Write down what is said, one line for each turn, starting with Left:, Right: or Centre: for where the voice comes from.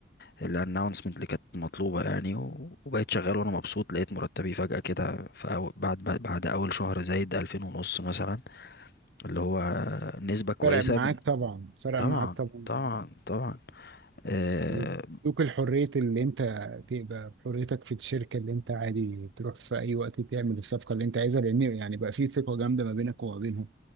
Left: الاناونسمنت اللي كانت مطلوبة يعني و- وبقيت شغال وانا مبسوط لقيت مرتبي فجأة كده في أو- بعد بعد اول شهر زايد 2000 ونص مثلا اللي هو نسبة كويسة
Right: فرق معاك طبعا فرق
Left: طبعا
Right: معاك طبعا
Left: طبعا طبعا آه
Right: وادوك الحرية اللي انت تبقى بحريتك في الشركة اللي انت عادي تروح في اي وقت تعمل الصفقة اللي انت عايزها لان يعني بقى في ثقة جامدة ما بينك وما بينهم